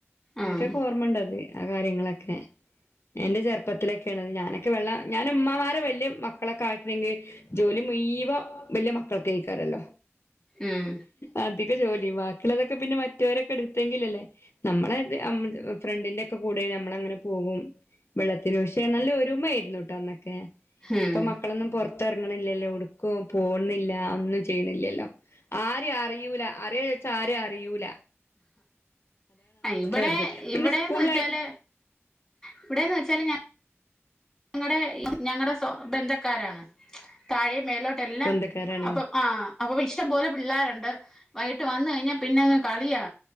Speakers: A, in the centre; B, on the left.
A: ഉം
B: എനിക്കൊക്കെ ഓർമ്മുണ്ടത് ആ കാര്യങ്ങളൊക്കെ എന്റെ ചെറുപ്പത്തിലൊക്കെ ഉള്ളത് ഞാനൊക്കെ വെള്ളം ഞാനൻ ഉമ്മ്മാരെ വല്ിയ മക്കളൊക്കെ ആയിട്ടണെങ്കിൽ ജോലി മുയ്‌വം വലിയ മക്കൾ കഴിക്കാറല്ലോ
A: ഉം
B: അധിക ജോലി മാ മതൊക്കെ പിന്നെ മറ്റവരൊക്കെ എടുത്തെങ്കിലല്ലേ നമ്മളെ ഫ്രണ്ടിന്റെറെ ഒക്കെ കൂടെ നമ്മളങ്ങനെ പോ പോും വെള്ളത്തിനന് പക്ഷെ നല്ല ഒരുമ ആയിരുന്നുട്ടോ അന്നൊക്കെ
A: ഉം
B: ഇപ്പൊ മക്കളൊന്നും പുൊറത്ത് ഇറങ്ങണില്ലല്ലോ ഉടുക്കും പോണില്ല ഒന്നും ചെയ്യണില്ലല്ലോ ആര അറിയിൂല അറിയച്ചാ ആരും അറിയിൂല
A: ഇവിടെ
B: കെടക്ക പിന്നെ
A: ഇവിടെന്ന്
B: സ്കൂളിലായിട്ട്
A: വച്ചാല് ഇവിടെന്ന് വെച്ചാല ഞാ ഞങ്ങളുടെ ഞങ്ങളുടെ സ്വ ബന്ധക്കാരാണ് താഴെ മേലോട്ട എല്ലാം
B: ബന്ധക്കാരാണ്
A: അപ്പൊ ആ് അപ്പൊ ഇഷ്ടം പോലെ പിള്ളോരുണ്ട് വൈകിട്ട് വന്ന് കഴിഞ്ഞാ പിന്നെങ് കളിയാ